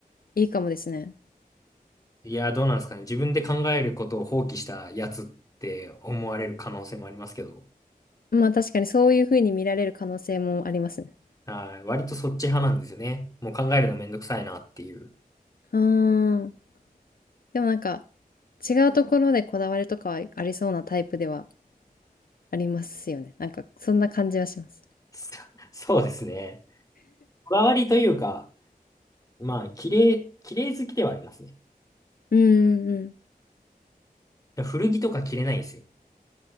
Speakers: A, on the left (about 70°); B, on the left (about 20°).
A: いいかもですね。
B: いやー、どうなんですかね。自分で考えることを放棄したやつって思われる可能性もありますけど、
A: まあ確かにそういう風に見られる可能性もありますね。
B: はい。割とそっち派なんですよね。もう考えるのめんどくさいなっていう。
A: ああ。でもなんか違うところでこだわりとかはありそうなタイプではありますよね。なんかそんな感じはします。
B: <laughs> そうですね。こだわりというか、まあ、綺麗、綺麗好きではありますね。
A: うんうん
B: 古着とか着れないんですよ。